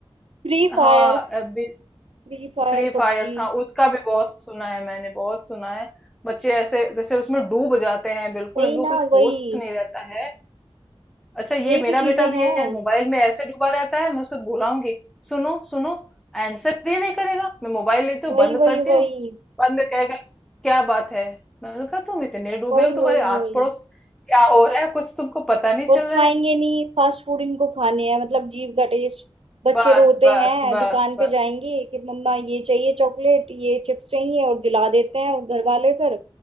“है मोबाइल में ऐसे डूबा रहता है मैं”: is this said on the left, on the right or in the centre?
Centre